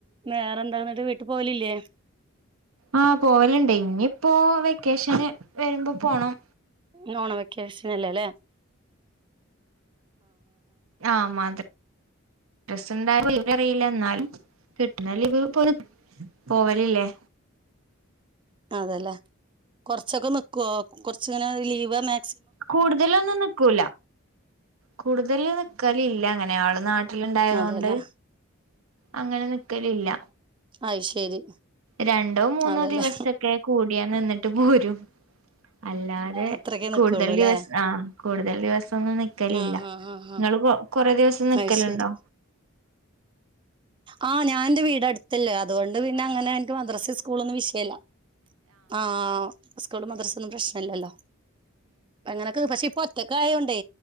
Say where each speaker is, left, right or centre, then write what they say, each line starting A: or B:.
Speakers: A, on the right (about 25°); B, on the right (about 80°).
A: വേറെന്താന്നട്ട് വീട്ട് പോവലില്ലേ
B: ആഹ് പോവല്ണ്ടേ ഇഞ്പ്പോ വെക്കേഷന് വരുമ്പ പോണം
A: ങ്ങനെ ഓണം വെക്കേഷനല്ലേ ല്ലേ
B: ആഹ് മതി ഡ്രസ്സ്‌ണ്ടാ <unintelligible> റിയില്ല ന്നാലും കിട്ട്ണ ലീവ് പൊയി പോവല് ല്ലേ
A: അതെല്ലേ കൊറ്ച്ചൊക്കെ നിക്കോ കൊറ്ച്ച്ങ്ങനെ ലീവെനെ
B: കൂട്തലൊന്നും നിക്കൂല കൂടുതല് നിക്കല് ഇല്ല അങ്ങനെ ആള് നാട്ടില്ണ്ടായതോണ്ട്
A: അതെല്ലേ
B: അങ്ങനെ നിക്കലില്ല
A: അയ് ശരി
B: രണ്ടോ മൂന്നോ
A: അതെല്ലേ
B: ദിവസക്കെ കൂടിയാ നിന്നിട്ട് പോരും അല്ലാതെ
A: അത്രക്കെ
B: കൂടുതല്
A: നിക്കുള്ളൂല്ലേ
B: ദിവസ് ആഹ് കൂടുതല് ദിവസൊന്നും നിക്കലില്ല
A: ആഹ് ആഹ് ആഹ്
B: നിങ്ങള് പോ കൊറെ ദിവസം
A: ആഹ്
B: നിക്കലിണ്ടോ
A: അത് ശരി ആഹ് ഞാന്റെ വീടട് ത്തല്ലെ അതുകൊണ്ട് പിന്നെ അങ്ങനെ എൻക്ക് മദ്സയും സ്കൂളൊന്നും വിഷയല്ല ആഹ് സ്കൂളും മദ്രസൊന്നും പ്രശ്നല്ലല്ലോ അങ്ങനെയൊക്കെ പക്ഷെ ഇപ്പൊ ഒറ്റക്കായോണ്ടെ